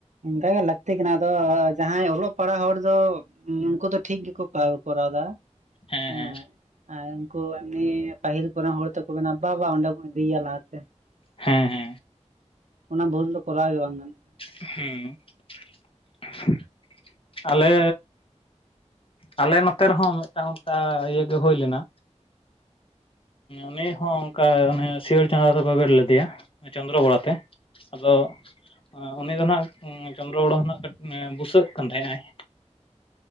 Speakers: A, on the right; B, on the left.
A: ᱚᱱᱠᱟᱜᱮ ᱞᱟᱹᱠᱛᱤ ᱠᱟᱱᱟ ᱟᱫᱚ ᱡᱟᱦᱟᱸᱭ ᱚᱞᱚᱜ ᱯᱟᱲᱦᱟᱜ ᱦᱚᱲ ᱫᱚ ᱩᱱᱠᱩ ᱫᱚ ᱴᱷᱤᱠ ᱜᱮᱠᱚ ᱯ ᱠᱚᱨᱟᱣ ᱫᱟ
B: ᱦᱮᱸ
A: ᱦᱮ
B: ᱦᱮᱸ
A: ᱟᱨ ᱩᱱᱠᱩ ᱮᱢᱱᱤ ᱯᱟᱹᱦᱤᱞ ᱠᱚᱨᱮᱱ ᱦᱚᱲ ᱛᱠᱚ ᱢᱮᱱᱟ ᱵᱟᱵᱟ ᱚᱸᱰᱮ ᱵᱚᱱ ᱤᱫᱤᱭᱮᱭᱟ ᱞᱟᱦᱟᱛᱮ
B: ᱦᱮᱸ ᱦᱮᱸ
A: ᱚᱱᱟ ᱵᱷᱳᱩᱞ ᱫᱚ ᱠᱚᱨᱟᱣ ᱜᱮ ᱵᱟᱝ ᱜᱟᱱᱚᱜ
B: ᱦᱮᱸ <inaudible> ᱟᱞᱮ ᱟᱞᱮ ᱱᱚᱛᱮ ᱨᱮᱦᱚᱸ ᱢᱤᱫᱴᱟᱝ ᱚᱱᱠᱟ ᱤᱭᱮ ᱦᱩᱭ ᱞᱮᱱᱟ ᱩᱱᱤ ᱦᱚᱸ ᱚᱱᱠᱟ ᱚᱱᱮ ᱥᱤᱭᱟᱹᱟᱹᱲ ᱪᱟᱸᱫᱟ ᱫᱚᱠᱚ ᱜᱨ ᱞᱮᱫᱮᱭᱟ ᱪᱚᱸᱫᱨᱚ ᱵᱚᱲᱟᱛᱮ ᱟᱫᱚ ᱩᱱᱤ ᱫᱚ ᱟᱸᱱᱟᱜ ᱪᱚᱱᱫᱨᱚ ᱜᱚᱲᱟ ᱦᱚᱸ ᱜ ᱠᱟᱹᱴᱤᱡ ᱵᱩᱥᱟᱹᱜ ᱠᱟᱱ ᱛᱟᱦᱮᱸᱫ ᱟᱭ